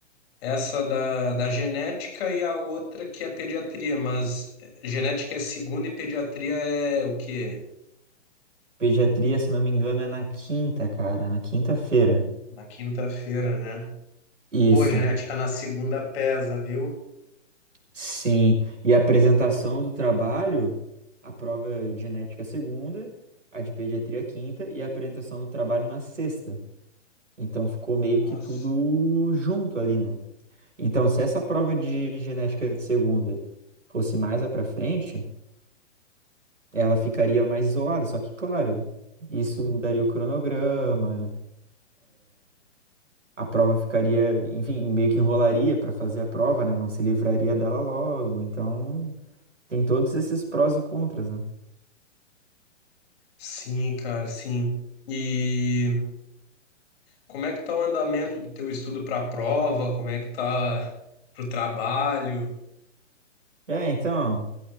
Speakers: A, on the left (about 55°); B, on the right (about 85°).
A: Essa da, da genética e a outra que é pediatria. Mas eh, genética é segunda e pediatria é o quê?
B: Pediatria, se não me engano, é na quinta, cara, na quinta-feira.
A: Na quinta-feira, né?
B: Isso.
A: Pô, genética na segunda pesa, viu?
B: Sim, e a apresentação do trabalho, a prova de genética segunda, a de pediatria quinta e a apresentação do trabalho na sexta. Então ficou meio
A: Nossa.
B: que tudo junto ali, né? Então, se essa prova de genética de segunda fosse mais lá para frente, ela ficaria mais isolada. Só que, claro, isso mudaria o cronograma, a prova ficaria, enfim, meio que enrolaria para fazer a prova, né? Não se livraria dela logo. Então, tem todos esses prós e contras, né?
A: Sim, cara, sim. E como é que tá o andamento do teu estudo para a prova? Como é que tá pro trabalho?
B: É, então,